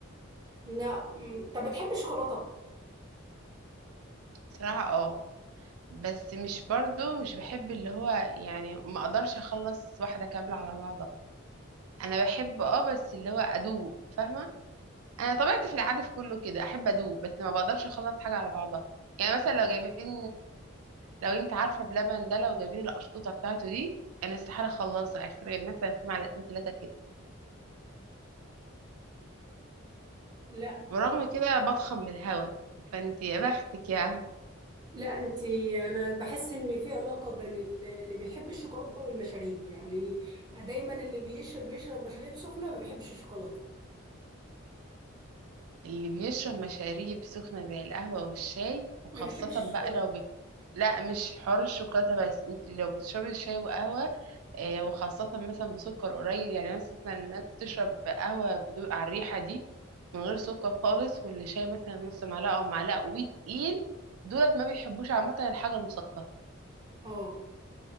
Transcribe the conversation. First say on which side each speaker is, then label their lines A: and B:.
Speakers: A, on the right (about 20°); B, on the right (about 85°).
A: لا مم. طب بتحبي الشوكولاته
B: صراحه اه بس مش برضو مش بحب اللي هو يعني ما اقدرش اخلص واحده كامله على بعضها انا بحب اه بس اللي هو ادوق فاهمه انا طبيعتي في العاده في كله كده احب ادوق بس ما بقدرش اخلص حاجه على بعضها يعني مثلا لو جايبين لو انت عارفه بلبن ده لو جايبين القشطوطه بتاعته دي انا استحاله اخلصها اخر مثلا في معلقتين ثلاثه كده
A: لا
B: ورغم كده بضخم من الهوا فانت يا بختك يعني
A: لا انت انا بحس ان في علاقه بين ال- اللي بيحب الشوكولاته والمشاريب يعني دايما اللي بيشرب بيشرب مشاريب سخنه ما بيحبش الشوكولاته
B: اللي بيشرب مشاريب سخنه زي القهوه والشاي وخاصه
A: ما بيحبش
B: بقى
A: الشوكولاته
B: لو بت... لا مش حوار الشوكولاته بس انت لو بتشربي شاي وقهوه آه، وخاصه مثلا بسكر قليل يعني مثلا الناس بتشرب قهوه بدون على الريحه دي من غير سكر خالص واللي شاي مثلا نص معلقه او معلقه وتقيل دولت ما بيحبوش عامه الحاجه المسكره
A: اه